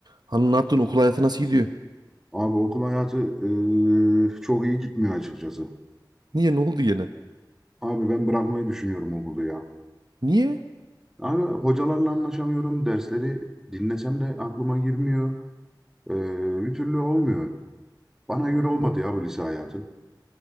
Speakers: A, on the right; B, in the centre.
A: Hani ne yaptın okul hayatı nasıl gidiyor?
B: Abi okul hayatı eee, çok iyi gitmiyor açıkçası.
A: Niye ne oldu gene?
B: Abi ben bırakmayı düşünüyorum okulu ya.
A: Niye?
B: Abi hocalarla anlaşamıyorum. Dersleri dinlesem de aklıma girmiyor. Eee, bir türlü olmuyor. Bana göre
A: Allah.
B: olmadı ya bu lise hayatı.